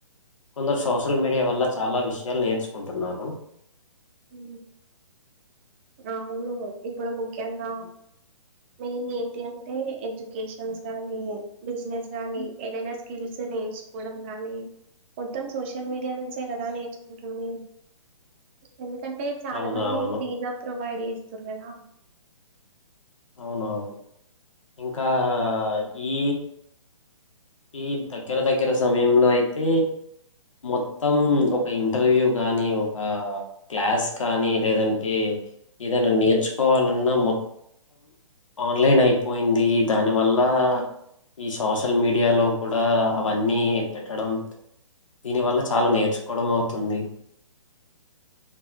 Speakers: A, on the left; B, on the right.
A: కొందరు సోషల్ మీడియా వల్ల చాలా విషయాలు నేర్చుకుంటున్నాను
B: ఉ అవును ఇప్పుడు ముఖ్యంగా మెయిన్ ఏంటి అంటే ఎడ్యుకేషన్స్ కాని బిజినెస్ కాని ఏదైనా స్కిల్స్ నేర్చుకోవడం గానీ మొత్తం సోషల్ మీడియా నుంచి ఎద నేర్చుకుంటుంది ఇ కంటే చాలా
A: అవును.
B: మంది
A: అవును.
B: ఫ్రీగా ప్రొవైడ్ చేస్తుారు కదా
A: అవునవును ఇంకా ఈ ఈ దగ్గర దగ్గర సమయంలో అయితే మొత్తం ఒక ఇంటర్వ్యూ కాని ఒక క్లాస్ కానీ లేదంటే ఏదైనా నేర్చు కోవాలన్నామొ ఆన్లైన్ అయిపోయింది దాని వల్ల ఈ సోషల్ మీడియాలో కూడా అవన్నీ పెట్టడం దీని వల్ల చాలా నేర్చుకోవడం అవుతుంది